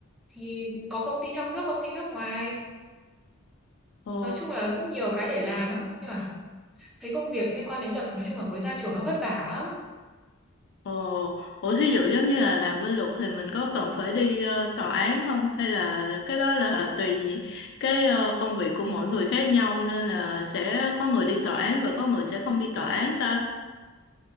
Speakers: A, in the centre; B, on the left.
A: thì có công ty trong nước, công ty nước ngoài.
B: Ồ,
A: Nói chung là nó cũng nhiều cái để làm lắm. Nhưng mà thấy công việc liên quan đến luật, nói chung là mới ra trường nó vất vả lắm.
B: ồ, ủa thí dụ giống như là làm bên luật thì mình có cần phải đi ờ, tòa án không? Hay là cái đó là tùy cái ờ, công việc của mỗi người khác nhau nên là sẽ có người đi tòa án và có người sẽ không đi tòa án ta?